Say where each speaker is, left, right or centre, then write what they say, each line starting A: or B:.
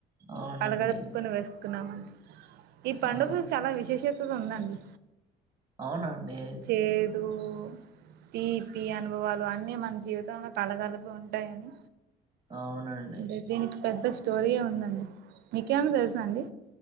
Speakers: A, on the right (about 20°); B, on the right (about 75°).
A: అవునండి
B: కలగలుపుకొని వేసుకున్నామండి ఈ పండుగు
A: ఆ
B: చాలా విశేషం తు ఉందండి
A: అవునా అండి
B: చేదు తిపి అనుభవాలు అన్ని మన జీవితంలో కలగలపి ఉంటాయని
A: అవునండి
B: అంటే దీనికి పెద్ద స్టోరీయే ఉందండి మీకు ఏమన్నా తెలుసా అండి